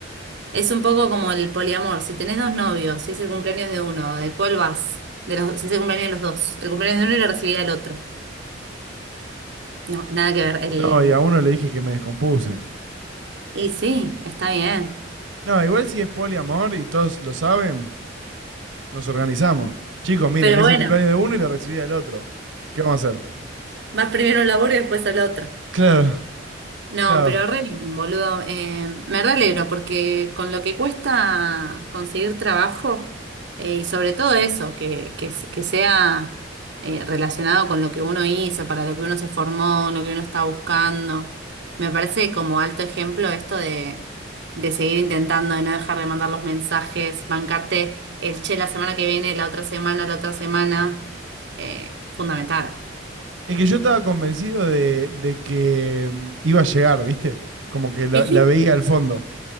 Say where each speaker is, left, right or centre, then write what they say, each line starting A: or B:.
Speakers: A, on the right; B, on the right.
A: es un poco como el poliamor. Si tenés dos novios, si es el cumpleaños de uno, ¿de cuál vas? De los, si es el cumpleaños de los dos. El cumpleaños de uno y lo recibiría el otro. No, nada que ver. El...
B: No, y a uno le dije que me descompuse.
A: Y sí, está bien.
B: No, igual si es poliamor y todos lo saben, nos organizamos. Chicos, miren,
A: Pero
B: es
A: bueno,
B: el cumpleaños de uno y la recibida del otro. ¿Qué vamos a hacer?
A: vas primero a un laburo y después al otro.
B: Claro,
A: No,
B: claro.
A: pero re bien, boludo. Eh, me re alegro porque con lo que cuesta conseguir trabajo, eh, y sobre todo eso, que, que, s- que sea eh, relacionado con lo que uno hizo, para lo que uno se formó, lo que uno está buscando, me parece como alto ejemplo esto de, de seguir intentando, de no dejar de mandar los mensajes, bancarte el che la semana que viene, la otra semana, la otra semana, eh, fundamental.
B: Es que yo estaba convencido de, de que mm, iba a llegar, ¿viste? Como que la,
A: Y sí,
B: la veía al fondo.